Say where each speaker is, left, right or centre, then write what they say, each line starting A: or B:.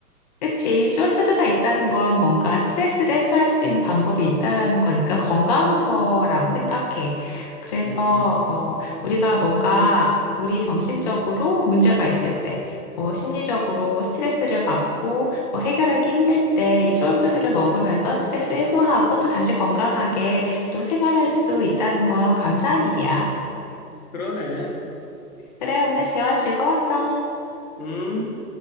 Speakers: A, on the left; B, on the left.
A: 그치. 솔푸드가 있다는 건 뭔가 스트레스를 해소할 수 있는 방법이 있다라는 거니까 건강한 거라고 생각해. 그래서,
B: 음,
A: 어, 우리가 뭔가 우리 정신적으로 문제가 있을 때, 어, 심리적으로 스트레스를 받고 뭐 해결하기 힘들 때 이 솔푸드를 먹으면서 스트레스 해소하고 또 다시 건강하게 또 생활할 수 있다는 건 감사한 일이야.
B: 그러네.
A: 그래, 오늘 대화 즐거웠어.
B: 음.